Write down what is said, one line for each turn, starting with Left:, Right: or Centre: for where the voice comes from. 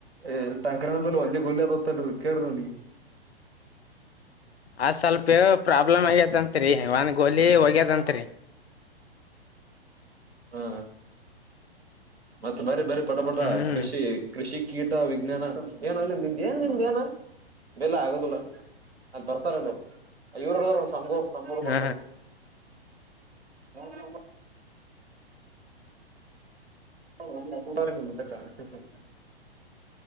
Right: ಏ ಟಾಕರಲೆ ಒಯ ಕೊಲ್ಲ ಅ ತತ್ತಲ್ಲ ಕೇಡ
Left: ಅದ್ ಸ್ವಲ್ಪ ಪ್ರಾಬ್ಲಮ್ ಆಗ್ಯದಂತ್ರಿ ಒಂದ್ ಗೋಲಿ ಹೋಗ್ಯದಂರಿ
Right: ಹಾ ಮತ್ತೆ ಬರ ಬರಿ ಪಟ ಪಟ
Left: ಹ್ಮ್
Right: ಕೃಷಿ ಕೃಷಿ ಕೀಟ ವಿಜ್ಞಾನ ಏನ ಇಲ್ಲ ನಿ ಏನ್ ನಿ ಏನ ಬೆಲ್ಲ ಆಗದಿಲ್ಲ ಅದ ಬರ್ತಾರಲ್ಲ ಇವ್ರಡ ಸಂಗೋರ್ ಸರು ಬರ್ತಾರ
Left: ಹ
Right: ಹ ತ್ತ <unintelligible>